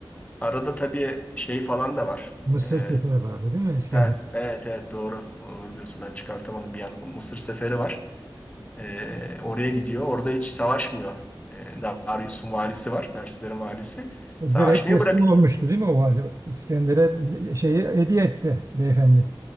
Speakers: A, on the left; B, on the right.
A: Arada tabii şey falan da var.
B: Mısır
A: E,
B: seferi vardı değil mi İskender?
A: Heh, evet evet doğru. Doğru diyorsun. Ben çıkartamadım bir an. Mısır seferi var. Ee, oraya gidiyor. Orada hiç savaşmıyor. Ee, Darius'un valisi var. Perslerin valisi. Savaşmayı
B: Direkt teslim
A: bırakıyor.
B: olmuştu değil mi o hali? İskender'e şeyi hediye etti beyefendi.